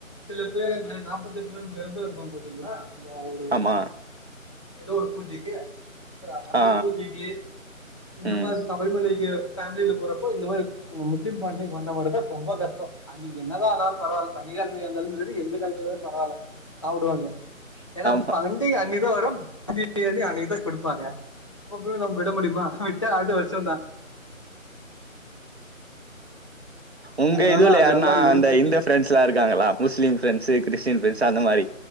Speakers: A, on the left; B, on the right.
A: சில பேரு நாப்பத்தெட்டு நாள் வெரதொ இருப்பாங்க பாத்தீங்ளா அதுல ஒரு
B: ஆமா
A: ஏதோ ஒரு பூஜைக்கி அ அந்த
B: ஆ
A: பூஜைக்கி இந்த
B: ம்
A: மாரி தா <unintelligible> ஃபேமில போறப்போ இந்த மாரி முஸ்லீம் ஃபேமிலி வந்த மட்டுந் தா ரொம்ப கஷ்டோ அன்னிக்கி என்னதா ஆனாலு பரவால்ல சனி கெழமையா இருந்தாலு செரி எந்த கெழமயானலூ பரவால்ல சாப்டுவானுங்க ஏன்னா
B: ஆமா
A: பண்டிக அன்னிக்தா வரு பண்டிக <inaudible> பிரியாணி அன்னக்குதா குடுப்பாங்க அப்ப போய் நம்ம விட முடிமா விட்ட அடுத்த வர்ஷோந்தா
B: உங்க
A: அதனால
B: இதுவுல
A: அதெல்லா
B: யார்னா
A: யோசிச்சு
B: அந்த இந்த ஃப்ரெண்ட் ஸ்லா இருக்காங்களா முஸ்லீம் ஃப்ரெண்ட்ஸ்சு கிறிஸ்டீன் ஃப்ரெண்ட்ஸ்சு அந்த மாரி